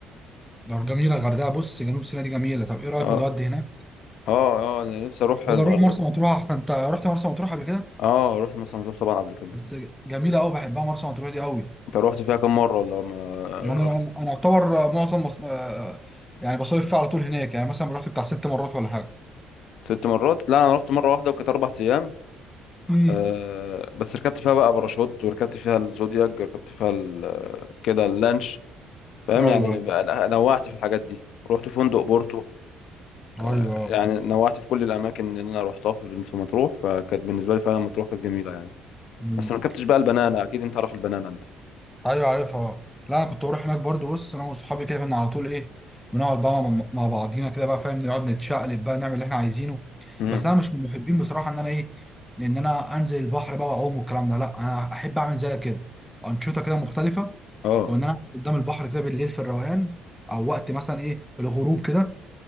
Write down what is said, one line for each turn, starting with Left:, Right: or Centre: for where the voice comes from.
Centre: طب جميله الغردقه بص جنوب سيناء دي جميله طب ايه رايك
Left: اه
Centre: نودي هناك
Left: اه اه انا نفسي اروح الغردقه
Centre: ولا نروح مرسى مطروح احسن انت رحت مرسى مطروح قبل كده
Left: اه رحت مثلا مطروح طبعا قبل كده
Centre: بس جميله قوي بحبها مرسى مطروح دي قوي
Left: انت رحت فيها كام مره ولا ما
Centre: يعني
Left: رحت
Centre: انا انا اعتبر معظم مص... آه، يعني بصيف فيه على طول هناك يعني مثلا رحت بتاع ست مرات ولا حاجه
Left: ست مرات لا انا رحت مره واحده وكانت اربع ايام
Centre: امم
Left: آه بس ركبت فيها بقى باراشوت وركبت فيها الزودياك ركبت فيها ال- كده اللانش فاهم
Centre: ايوه
Left: يعني بقى نوعت في الحاجات دي رحت فندق بورتو آه،
Centre: ايوه
Left: يعني نوعت في كل الاماكن اللي انا روحتها في في مطروح فكانت بالنسبه لي فعلا مطروح كانت جميله يعني
Centre: امم
Left: بس ما ركبتش بقى البنانا اكيد انت عارف البنانا انت
Centre: ايوه عارفها لا انا كنت بروح هناك برضو بص انا وصحابي كده كنا على طول ايه بنقعد بقى مع مع بعضينا كده بقى فاهم نقعد نتشقلب بقى نعمل اللي احنا عايزينه
Left: امم
Centre: بس انا مش من محبين بصراحه ان انا ايه ان انا انزل البحر بقى واعوم والكلام ده لا انا احب اعمل زي كده انشطه كده مختلفه
Left: اه
Centre: وان انا قدام البحر كده بالليل في الروقان او وقت مثلا ايه الغروب كده